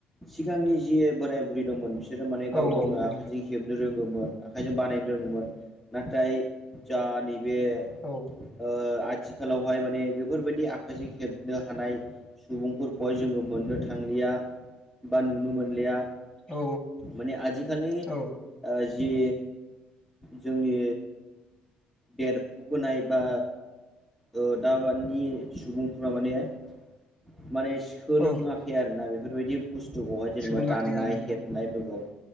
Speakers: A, in the centre; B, on the left (about 20°).
A: सिगांनि जि बोराय बुरै दंमोन बि बिसोरो माने गाव
B: औ
A: गावनो
B: नोंथां
A: आखाइजों हेबनो रोङोमोन आखाइजों बानायनो रोङोमोन नाथाय जा नैबे
B: औ
A: ओ आथिखालावहाय माने बेफोरबायदि आखाइजों हेबनो हानाय सुबुंफोरखौहाय जोङो मोननो थांलिया बा नुनो मोनलेया
B: औ
A: माने आजिखालि
B: औ
A: ओ जे जोंनि देर बोनाय बा ओ दाबानि सुबुंफोरा माने <unintelligible> सोलोङाखै
B: औ
A: आरो ना बेफोरबायदि बुस्थुखौहाय जेनेबा
B: सोलोङाखै
A: दाननाय
B: आं नोंथां
A: हेबनायफोरखौ